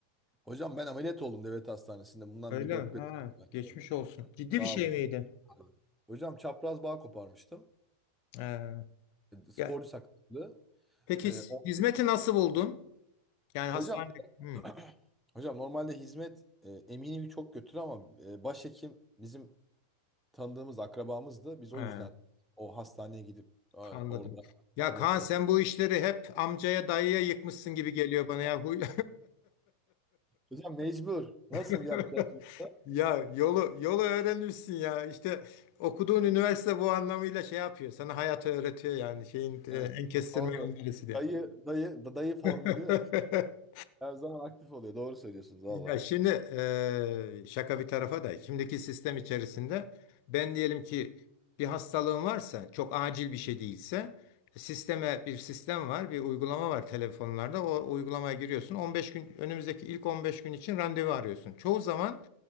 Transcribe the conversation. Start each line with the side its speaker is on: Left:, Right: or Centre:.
Centre: Hocam ben ameliyat oldum devlet hastanesinde. Bundan
Left: Öyle
Centre: bir dört
Left: mi?
Centre: beş
Left: Ha,
Centre: sene. evvel.
Left: geçmiş
Centre: Evet.
Left: olsun. Ciddi
Centre: Sağ
Left: bir şey
Centre: olun.
Left: miydi?
Centre: Hocam çapraz bağ koparmıştım.
Left: Ee
Centre: E, Sporcu
Left: Ya,
Centre: sakatlığı.
Left: peki
Centre: E, o-
Left: hizmeti nasıl buldun? Yani hastane.
Centre: hocam
Left: Hı.
Centre: <clears throat> hocam normalde hizmet e, eminimi çok götür ama e, başhekim bizim tanıdığımız akrabamızdı. Biz
Left: Ha.
Centre: o yüzden o hastaneye gidip e, orada
Left: Anladım. Ya
Centre: ameliyat
Left: Kaan
Centre: olduk.
Left: sen bu işleri hep amcaya dayıya yıkmışsın gibi geliyor bana ya. Huy-
Centre: Hocam mecbur. Nasıl
Left: <laughs>
Centre: yapacağız yoksa?
Left: Ya yolu yolu öğrenmişsin ya. İşte okuduğun üniversite bu anlamıyla şey yapıyor. Sana hayatı öğretiyor yani şeyin e,
Centre: Evet.
Left: en kestirme
Centre: Doğru.
Left: yolu neresi diye.
Centre: Dayı, dayı, dayı formülü
Left: <laughs>
Centre: her zaman aktif oluyor. Doğru söylüyorsunuz valla.
Left: Ya şimdi eee, şaka bir tarafa da şimdiki sistem içerisinde ben diyelim ki bir hastalığım varsa çok acil bir şey değilse sisteme bir sistem var bir uygulama var telefonlarda o uygulamaya giriyorsun 15 gün önümüzdeki ilk 15 gün için randevu arıyorsun. Çoğu zaman